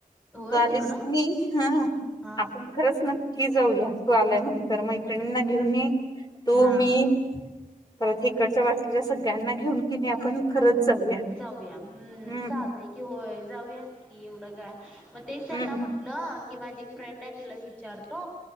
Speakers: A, in the centre; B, on the left.
A: होय
B: तू आलीस
A: तिकडं
B: की नही, हं,
A: हा
B: आपण खरंच न की जाऊया तू आल्यानंतर. मैत्रणींना घेऊन ये. तू
A: हा
B: मी परत हिकडच्या बाकीच्या सगळ्यांना घेऊन कि नही आपण खरंच जाऊया
A: जाऊया. हं,
B: हम्म
A: चालतय कि. होय जाऊयात कि, एवढं काय? मग तेच त्यांना
B: हम्म
A: म्हंटलं की माझी एक फ्रेंड आहे, तिला विचारतो.